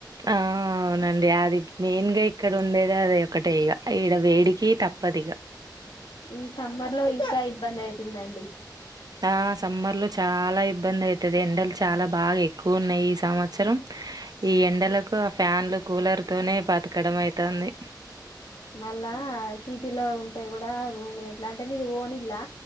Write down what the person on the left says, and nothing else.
ఈ సమ్మర్ లో ఇంకా ఇబ్బంది అవుతుందండి
మళ్ళా సిటీలో ఉంటే కూడా రూమ్ రెట్లా అంటే మీది ఓన్ ఇల్లా